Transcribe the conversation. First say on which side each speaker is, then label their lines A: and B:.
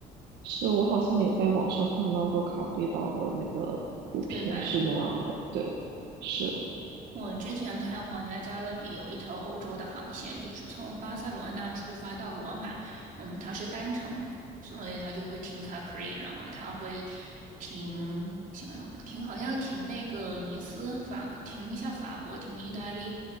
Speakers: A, on the right (about 80°); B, on the right (about 50°).
A: 是，我好像也在网上看到过卡布里岛的那个图片是那样的，
B: 对吧？
A: 对，是。
B: 我之前看皇家加勒比有一条欧洲的航线，就是从巴塞罗那出发到罗马，嗯，它是单程，所以它就会停卡普里，然后它会停，我想想，停好像停那个尼斯，法，停一下法国，停意大利，